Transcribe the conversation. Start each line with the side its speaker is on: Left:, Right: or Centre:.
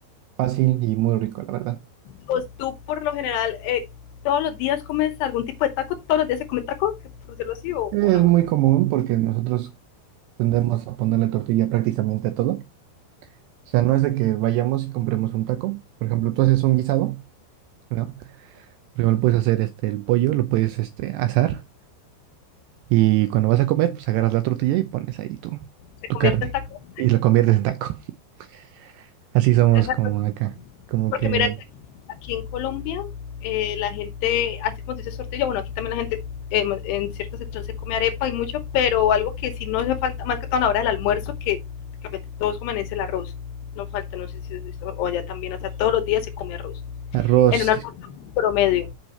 Right: fácil y muy rico, la verdad.
Left: pues, tú por lo general eh, todos los días comes algún tipo de taco, todos los días se come taco, por decirlo así, o,
Right: Es
Left: o no,
Right: muy común porque nosotros tendemos a ponerle tortilla prácticamente a todo. O sea, no es de que vayamos y compremos un taco. Por ejemplo, tú haces un guisado, ¿no? Primero puedes hacer este, el pollo, lo puedes este, asar y cuando vas a comer, pues agarras la tortilla y pones ahí tu,
Left: se
Right: tu
Left: convierte
Right: carne
Left: en taco.
Right: y lo conviertes en taco. <laughs> Así somos
Left: Exacto,
Right: como acá, como
Left: porque
Right: que
Left: mira que aquí, aquí en Colombia eh, la gente, así como se dice tortilla, bueno, aquí también la gente eh, en cierta sección se come arepa y mucho, pero algo que sí no hace falta, más que todo a la hora del almuerzo, que prácticamente todos comen es el arroz. No falta, no sé si es visto, o allá también, o sea, todos los días se come arroz.
Right: arroz.
Left: En un almuerzo promedio,